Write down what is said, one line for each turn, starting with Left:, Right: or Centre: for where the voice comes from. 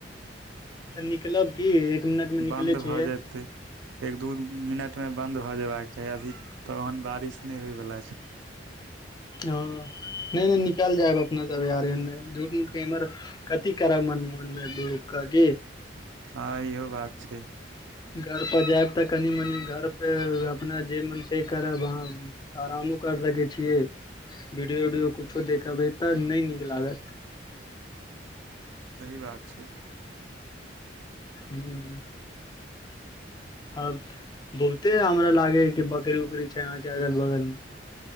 Left: त निकलब की एक मिनट मे
Right: बन्द
Left: निकलै
Right: भऽ
Left: छियै
Right: जेतै एक दू मिनट मे बन्द भ जेबाक चाही अभी त ओहन बारिश नै होइवला छै
Left: ओ नै नै निकल जायब अपना सब यारेन झूठ मुठ के इमहर कथी करारब मन मोहन मे बूरकागे <unintelligible>
Right: हाँ इहो बात छै
Left: घर पर जायब त कनि मनी घर पे अपना जे मन से करब अहाँ आरा मो कर सकैे छियै वीडियो उडियो कुछो देखबै त नै नीक लागत
Right: सही बात छै
Left: हूँ आ बहुते हमरा लागै या कि बकरी उकरी छै आहाँ के अगल बगल मे